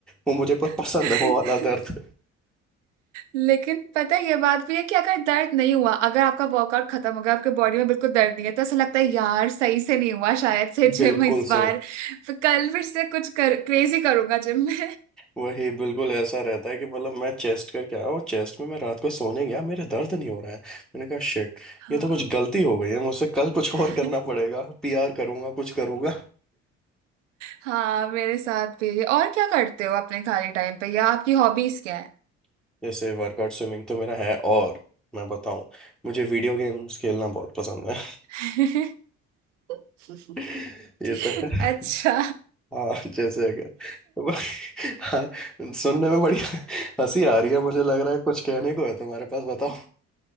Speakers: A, in the centre; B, on the right.
A: वो मुझे पर
B: <laughs>
A: पसंद है वो वाला दर्द
B: लेकिन पता है ये बात भी है कि अगर दर्द नहीं हुआ अगर आपका वर्कआउट खत्म हो गया आपके बॉडी में बिल्कुल दर्द नहीं है तो ऐसा लगता है यार सही से नहीं हुआ शायद से
A: बिल्कुल
B: जिम इस बार
A: सही
B: फिर कल फिर से कुछ कर क्रेजी करूंगा जिम में
A: वही बिल्कुल ऐसा रहता है कि मतलब मैं चेस्ट करके आया हूँ चेस्ट में मैं रात को सोने गया मेरे दर्द नहीं हो रहा है मैंने कहा शिट
B: हाँ
A: ये तो कुछ गलती हो गई है मुझसे कल कुछ
B: <laughs>
A: और करना पड़ेगा पीआर करूंगा कुछ करूंगा
B: हाँ मेरे साथ भी है। और क्या करते हो अपने खाली टाइम पे या आपकी हॉबीज क्या
A: जैसे वर्कआउट स्विमिंग तो मेरा है और मैं बताऊं मुझे वीडियो गेम्स खेलना बहुत पसंद है
B: है <laughs>
A: <laughs> ये तो है
B: अच्छा
A: हाँ जैसे अगर <laughs> हाँ, सुनने में बड़ी हंसी आ रही है मुझे लग रहा है कुछ कहने को है तुम्हारे पास बताओ